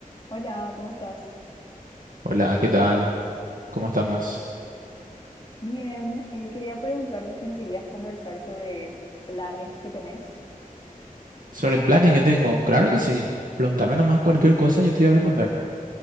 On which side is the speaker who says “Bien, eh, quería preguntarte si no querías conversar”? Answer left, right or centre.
Left